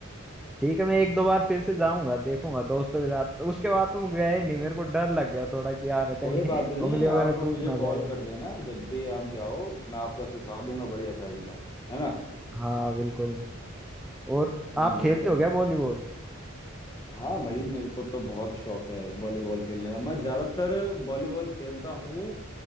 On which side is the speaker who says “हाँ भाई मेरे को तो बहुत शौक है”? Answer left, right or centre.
Left